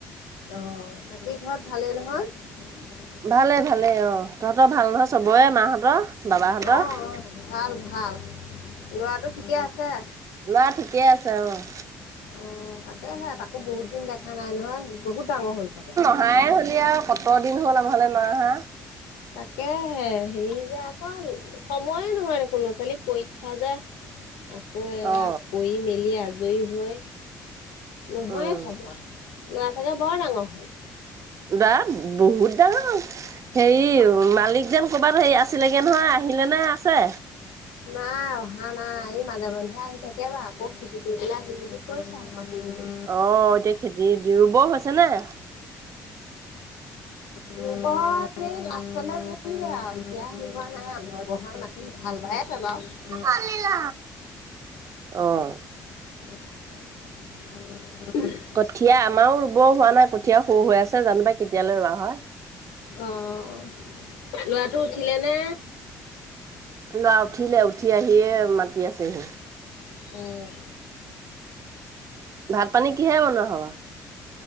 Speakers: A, on the left; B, on the right.
A: অ', বাকী ঘৰত ভালেই নহয়?
B: ভালে ভালেই, অ', তহতৰ ভাল নহয় চবৰে মাহতৰ, বাবাহতৰ?
A: অ', অ', ভাল, ভাল। ল'ৰাটো ঠিকে আছে।
B: ল'ৰা ঠিকে আছে অ'।
A: অ', তাকেহে, তাকো বহুত দিন দেখা নাই নহয়, বহুত ডাঙৰ হল ছাগে?
B: নাহাই হ'লি আৰু কত দিন হ'ল আমাৰ ঘৰলে নাই অহা।
A: তাকে হে, হেৰি যে আকৌ সময়ে নহয় দেখোন, ল'ৰা-ছোৱালী পৰীক্ষা যে। আকৌ এয়া
B: অ
A: কৰি মেলি আজৰি হৈ নহয়ে
B: উম
A: সময়, ল'ৰা চাগে বৰ ডাঙৰ হ'ল।
B: দা বহুত ডাঙৰ হ'ল, হেৰি
A: অ'
B: মালিক যেন, ক'ৰবাত হেৰি আছিলেগে নহয়, আহিলে নে আছে?
A: নাই অহা নাই, এই মাজে মধ্যে আহি থাকে বাৰু আকৌ খেতি কৰিবলে আহিম বুলি কৈছে মাতি আৰু ৰুবলৈ।
B: অ', এতিয়া খেতি দি, ৰুব হৈছে নে?
A: ৰুব <unintelligible> এই লাষ্টেলে ৰুমগে আৰু এতিয়া হেৰি হোৱা নাই <unintelligible> মাটি হাল বাই আছে বাৰু।
B: আনিলা অ'।
A: <unintelligible>
B: কঠীয়া আমাৰো ৰুব হোৱা নাই, কঠীয়া সৰু হৈ আছে, জানো পাই কেতিয়ালে ৰোৱা হয়।
A: অ', ল'ৰাটো উঠিলে নে?
B: ল'ৰা উঠিলে, উঠি আহিয়ে মাতি আছেহি।
A: অ'।
B: ভাত পানী কিহে বনোৱা হ'ব?